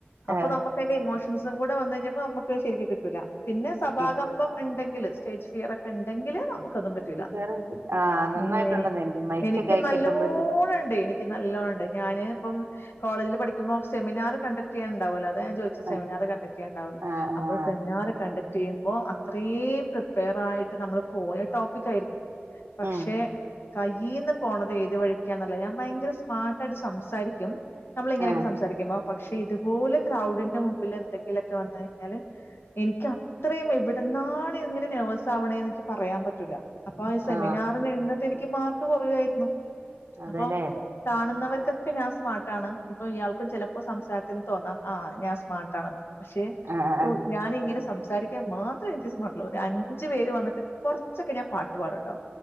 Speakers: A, on the left (about 65°); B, on the right (about 70°).
A: അപ്പൊ
B: ആ
A: നമ്മക്ക് അയില് ഇമോഷൻസ് സം കൂടെ വന്ന് കഴിഞ്ഞപ്പോ നമ്മക്ക് ശരിക്ക്‌ കിട്ടൂലാ പിന്നെ സഭാകമ്പം
B: കിട്ടി.
A: ഉണ്ടെങ്കി ങ്കിൽ സ്റ്റേജ് ഫിയർ ഒക്കെ ഇണ്ടെങ്കില് നമ്മ്ക്ക്‌ ഒന്നും പറ്റൂലാ
B: വേറെ എന്ത്? ആ
A: <unintelligible>
B: നന്നായിട്ടുണ്ടെന്ന് മൈക്ക്
A: എനിക്ക്
B: കൈ
A: നല്ലോണം
B: കിട്ടുമ്പോഴത്തേക്ക്
A: ഉണ്ട് എനിക്ക് നല്ലോണണ്ട് ഞാന് ഇപ്പം കോളേജില് പഠിക്കുമ്പോ സെമിനാർ കണ്ടക്ട് ചെയ്യാൻ ഇണ്ടാവുല്ലോ അതാ ഞാൻ ചോദിച്ച സെമിനാർ
B: ആ
A: കണ്ടക്ട് ചെയ്യാൻ ഇണ്ടാവും
B: ആ
A: അപ്പൊ
B: ആ
A: സെമിനാർ കണ്ട റ്റ് ചെയ്യുമ്പോ അത്രേയും പ്രിപ്പയർ ആയിട്ട് നമ്മള് പോയ ടോപ്പികായിരിക്കും പക്ഷെ
B: ഉം
A: കയ്യീന്ന് പോണത് ഏത് വഴിക്കാന്ന് അറിയില്ല ഞാൻ ഭയങ്കര സ്മാർട്ടായിട്ട് സംസാരിക്കും നമ്മള് ഇങ്ങനെയൊക്കെ
B: ആ
A: സംസാരിക്കിമ്പം പക്ഷെ ഇതുപോലെ ക്രൗഡിന്റെ മുമ്പില് എന്തെങ്കിലൊക്കെ വന്ന് കഴിഞ്ഞാല് എനിക്ക്‌ ഇത്രയും എവ്ട്ന്നാണ് ഇങ്ങനെ നെർവസ് ആവ്ണേന്ന് ഇക്ക് പറയാൻ പറ്റൂലാ അപ്പൊ ഈ സെമിനാറിൽ
B: ആ
A: നിന്നിട്ട് എനി ഇക്ക് മാർക്ക് കുറയുവായിരുന്നു
B: അതെല്ലേ
A: അപ്പൊ കാണുന്നവർക്കൊക്കെ ഞാ സ്മാർട്ടാണ് ഇപ്പൊ ഇയാൾക്കും ചിലപ്പോ സംസാരത്തിന്ന് തോന്നാം ആ ഞാൻ സ്മാർട്ടാണെന്ന് പക്ഷെ
B: ആ
A: ഓ
B: ആ
A: ഞാനിങ്ങനെ സംസാരി ക്കാൻ മാത്രേ എനിക്ക് സ്മാർട്ടുള്ളൂ ഒരു അഞ്ചു പേര് വന്നിട്ട് കുറച്ചൊക്കെ ഞാൻ പാട്ടുപാടും